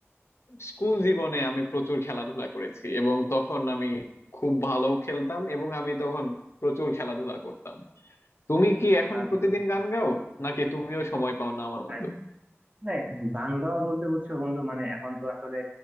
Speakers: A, on the left (about 65°); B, on the right (about 35°).
A: স্কুল জীবনে আমি প্রচুর খেলাধুলা করেছি এবং তখন আমি খুব ভালো খেলতাম এবং আমি তখন প্রচুর খেলাধুলা করতাম তুমি কি এখন
B: আচ্ছা
A: প্রতিদিন
B: আচ্ছা
A: গান গাও নাকি তুমিও সময় পাও না আমার
B: হ্যাঁ
A: মতো
B: হ্যাঁ, গান গাওয়া বলতে বুঝছো বন্ধু মানে এখন তো আসলে